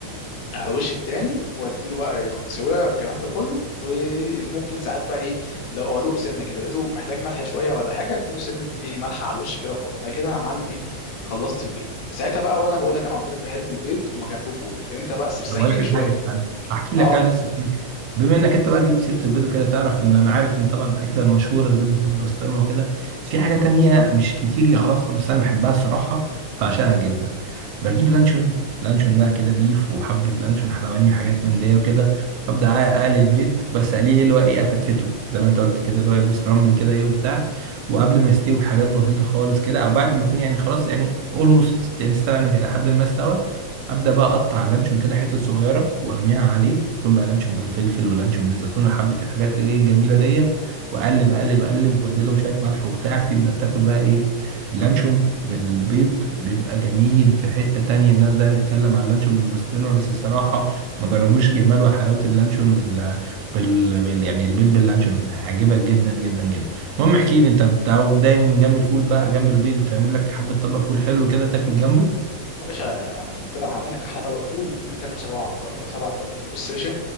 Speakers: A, on the left; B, on the right.
A: على وش التاني واديله بقى ياخد سواها والكلام ده كله وممكن ساعات بقى ايه لو ادوق سنه كده لقيته محتاج ملح شويه ولا حاجه اديله سنه ايه ملح على الوش كده وخلاص انا كده انا معلب ايه خلصت البيض ساعتها بقى وانا بقول لك انا قلت لك بحب البيض وما جنبه فول انت بقى بس
B: طب اقول
A: احكي
B: لك
A: لي
B: على
A: شويه
B: حاجه استنى احكي لك
A: اه
B: ايوه لسه هحكي لك. بما انك انت بقى جبت سيره البيض وكده تعرف ان انا عارف ان طبعا الاكله المشهوره البيض بالبسطرمه وكده بس في حاجه تانية مش كتير يعرفها بس انا بحبها الصراحه بعشقها جدا بجيب لانشون لانشون بقى كده بيف وحبه لانشون حلواني وحاجات من دي وكده ابدا اقلي البيض بس اقليه ايه اللي هو ايه افتفته زي ما انت قلت كده اللي هو بسكرامبل كده ايه وبتاع وقبل ما يستوي بحاجات بسيطه خالص كده او بعد ما يكون يعني خلاص يعني اولموست يعني استوى يعني لحد ما استوى ابدا بقى اقطع لانشون كده حتت صغيره وارميها عليه تكون بقى لانشون بالفلفل ولانشون بالزيتون وحبه الحاجات اللي هي الجميله دي واقلب اقلب اقلب وادي لهم شويه ملح وبتاع تبدا تاكل بقى ايه اللانشون بالبيض بيبقى جميل في حته تانية الناس دايما تتكلم على اللانشون بالبسطرمه بس الصراحه ما جربوش جمال وحلاوه اللانشون بال... بال... بال... يعني البيض باللانشون كده هيعجبك جدا جدا جدا المهم احكي لي انت بتعرف دايما جنب الفول بقى جنب البيض بتعمل لك حبه طبق فول حلو كده تاكل جنبه
A: يا باشا قلت لك هعمل لك احلى طبق فول ممكن تاكل سبعه بر- سبع كرات بص يا باشا